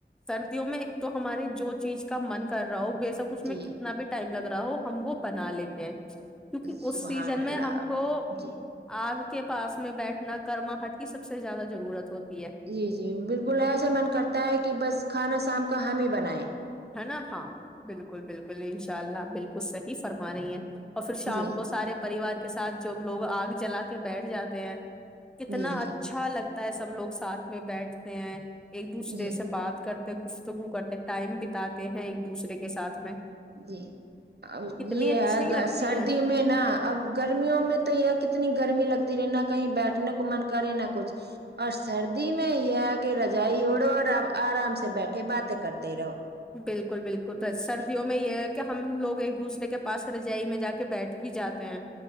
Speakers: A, in the centre; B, on the right.
A: سردیوں میں ایک تو ہمارے جو چیز کا من کر رہا ہو بے شک اس میں
B: جی
A: کتنا بھی ٹائم لگا رہ ہم وہ بنا لیتے ہیں کیونکہ
B: سبحان
A: اس سیزن
B: اللہ
A: میں ہم کو
B: جی
A: آگ کے پاس میں بیٹھنا گرماہٹ کی سب سے زیادہ ضرورت ہوتی ہے
B: جی جی بالکل ایسا من کرتا ہے کہ بس کھانا شام کا حامی بنیں
A: ہے نا ہاں بالکل بالکل ان شاء اللہ بالکل صحیح فرما رہی ہیں اور پھر شام
B: جی
A: کو سارے پریوار کے ساتھ جو ہم لوگ آگ جلا کے بیٹھ جاتے ہیں کتنا
B: جی جی
A: اچھا لگتا ہوتا ہے سب لوگ ساتھ میں بیٹھتے ہیں ایک دوسرے
B: جی
A: سے بات کر گفتگو کرتے ٹائم بھی اتے ہیں ایک دوسرے کے ساتھ میں
B: جی ا
A: کتنی
B: یہ
A: اچھی
B: ہے
A: ہی لگتی
B: سردی
A: ہیں
B: میں نا اب گرمیوں میں تو یہ کتنی گرمی لگتی رہے نہ کہیں بیٹھنے کو من کرے نہ کچھ اور سردی میں یہ ہے کہ رجائی اڑو اور آپ آرام سے بیٹھے باتیں کرتے رہو
A: بالکل بالکل
B: جی
A: سردیوں میں یہ کہ ہم لوگ ایک دوسرے کے پاس چلے جائی میں جا کے بیٹھی بھی جاتے ہیں